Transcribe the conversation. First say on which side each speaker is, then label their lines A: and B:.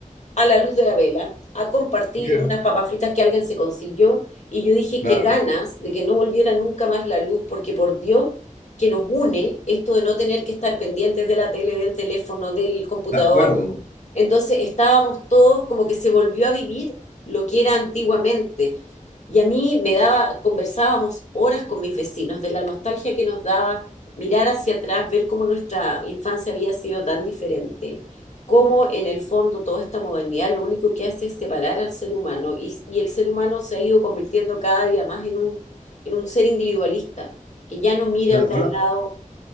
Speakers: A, on the left; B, on the left.
A: a la luz de la vela a compartir
B: Mira.
A: unas papas fritas que alguien se consiguió y yo dije
B: Claro,
A: que ganas de que no volviera nunca más la luz porque por Dios que nos une esto de no tener que estar pendientes de la tele, del teléfono, del computador,
B: de acuerdo.
A: entonces estábamos todos como que se volvió a vivir lo que era antiguamente. Y a mí me daba, conversábamos horas con mis vecinos de la nostalgia que nos daba mirar hacia atrás, ver cómo nuestra infancia había sido tan diferente, cómo en el fondo toda esta modernidad lo único que hace es separar al ser humano y, y el ser humano se ha ido convirtiendo cada día más en un, en un ser individualista, que ya no mira
B: Claro,
A: al de
B: ahora,
A: al lado,